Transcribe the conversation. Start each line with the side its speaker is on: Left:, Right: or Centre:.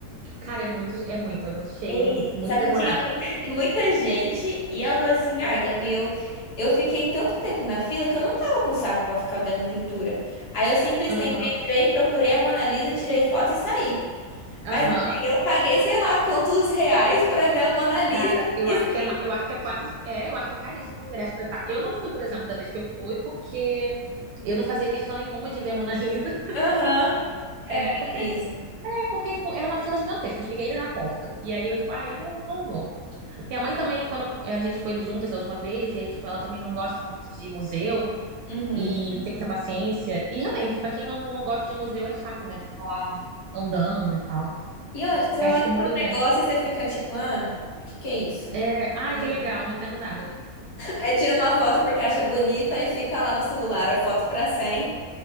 Right: Cara, é muito, é muito, é muito cheio
Left: Ei,
Right: e muito
Left: só
Right: demorado.
Left: que tinha muita, <laughs> muita gente e ela falou assim: ai, Gabriel, eu eu fiquei tanto tempo na fila que eu não tava com saco pra ficar vendo pintura. Aí eu simplesmente
Right: Aham,
Left: entrei, procurei a Mona Lisa, tirei foto e saí.
Right: aham.
Left: Mas assim, eu paguei, sei lá, quantos reais pra ver a Mona Lisa.
Right: Cara, eu
Left: e-
Right: acho que é, ma- eu acho que é quase, é, eu acho que é caríssimo o ingresso pra entrar. Eu não fui, por exemplo, da vez que eu fui, porque eu não fazia questão nenhuma de ver a Mona Lisa.
Left: Aham, É
Right: É,
Left: bem
Right: porque É
Left: isso.
Right: porque, tipo, era uma fila gigantesca. Eu cheguei na porta. E aí eu, tipo, ah, eu não, não vou. Minha mãe também, quando a gente foi juntas da última vez, e aí, tipo, ela também não gosta muito de museu
Left: Uhum.
Right: e não tem muita paciência. E realmente, pra quem não, não gosta de museu é chato, né? Ficar lá andando e tal.
Left: E olha, você
Right: Perde
Left: olha
Right: muito
Left: para um
Right: tempo.
Left: negócio e você fica tipo: ah, o que que é isso?
Right: É, ai,
Left: <laughs>
Right: que legal, não entendo nada.
Left: Aí tira uma foto porque acha bonita e fica lá no celular a foto pra sempre